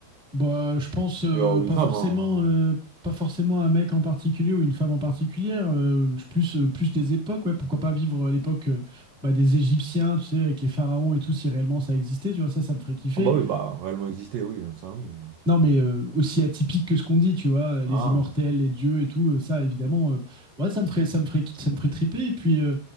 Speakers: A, in the centre; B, on the right (about 80°).
A: Bah, je pense euh,
B: Et, euh, ou
A: pas
B: une femme,
A: forcément,
B: hein.
A: euh, pas forcément un mec en particulier ou une femme en particulière. euh, je plus, euh, plus des époques, ouais. Pourquoi pas vivre à l'époque euh, bah, des Égyptiens, tu sais, avec les pharaons et tout, si réellement ça existait, tu vois, ça, ça me ferait kiffer.
B: Ah bah oui, bah, réellement exister, oui, ça oui.
A: Non, mais euh, aussi atypique que ce qu'on dit, tu vois, les
B: Ah,
A: immortels, les dieux et tout, euh, ça, évidemment, euh, ouais, ça me ferait, ça me ferait, ça me ferait triper. Et puis, euh,